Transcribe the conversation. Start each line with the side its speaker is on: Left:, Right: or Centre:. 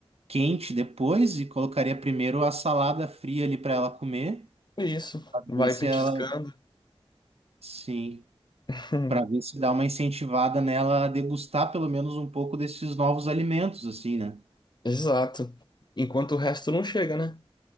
Right: quente depois e colocaria primeiro a salada fria ali para ela comer,
Left: É Isso,
Right: para
Left: vai
Right: ver se
Left: petiscando.
Right: ela, sim,
Left: <laughs>
Right: para ver se dá uma incentivada nela a degustar pelo menos um pouco desses novos alimentos, assim, né?
Left: Exato. Enquanto o resto não chega, né?